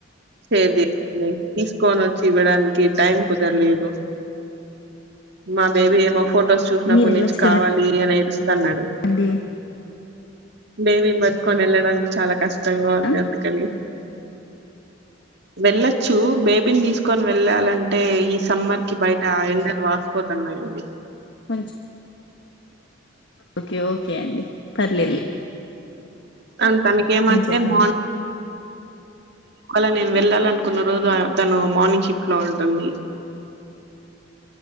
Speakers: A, on the right; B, on the left.
A: షేర్ చేయి తీసుకొని వచ్చి ఇవ్వడానికి టైం కుదరలేదు మా బేబీ ఏమో ఫొటోస్ చూసినప్పుడు
B: మీరు వెళ్ళొచ్చు
A: నుంచి కావాలి అని ఏడుస్తన్నాడు
B: కదండి
A: బేబీని పట్టుకొని వెళ్ళడానికి చాలా కష్టంగా ఉంది
B: ఆ
A: వెళ్ళోచ్చు బేబి బేబి తీసుకొని వెళ్ళాలంటే ఈ సమ్మర్ కి బయట ఆ ఎండలు వాసిపోతున్నాయండి
B: మంచ్ ఓకే ఓకే అండి పర్లేదు
A: అ తనకే ఏమంటే
B: చెప్పండి
A: మ అలా నేను వెళ్ళాల అనుకున్న రోజు తను మార్నింగ్ షిఫ్ట్ లో ఉంటుంది